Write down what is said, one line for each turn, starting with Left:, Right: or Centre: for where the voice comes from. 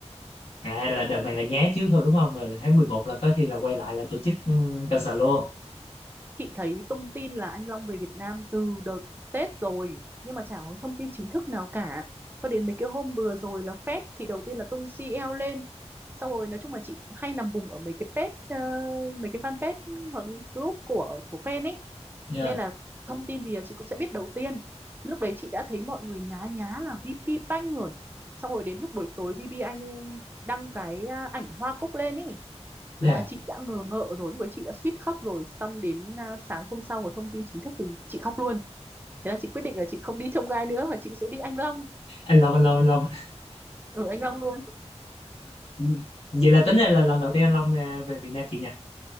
Left: à là đợt này là nhá trước thôi đúng không rồi tháng 11 là có khi là quay lại là tổ chức ừm, concert luôn
Right: chị thấy tung tin là anh Long về Việt Nam từ đợt Tết rồi nhưng mà chả có thông tin chính thức nào cả cho đến mấy cái hôm vừa rồi là Fed thì đầu tiên là tung CL lên xong rồi nói chung là chị hay nằm vùng ở mấy cái page ờ, mấy cái fanpage hoặc những group của của fan ấy
Left: dạ
Right: nên là thông tin gì là chị cũng sẽ biết đầu tiên Thì lúc đấy chị đã thấy mọi người nhá nhá là VP Banh rồi xong rồi đến lúc buổi tối VP Anh đăng cái à, ảnh hoa cúc lên ấy
Left: dạ
Right: là chị đã ngờ ngợ rồi lúc ấy chị đã suýt khóc rồi xong đến à, sáng hôm sau có thông tin chính thức thì chị khóc luôn thế là chị quyết định là chị không đi trông gai nữa mà chị sẽ đi Anh Long
Left: anh Long anh Long anh Long
Right: ở Anh Long luôn
Left: Ừ. Vậy là tính ra là lần đầu tiên anh Long à, về Việt Nam chị nha.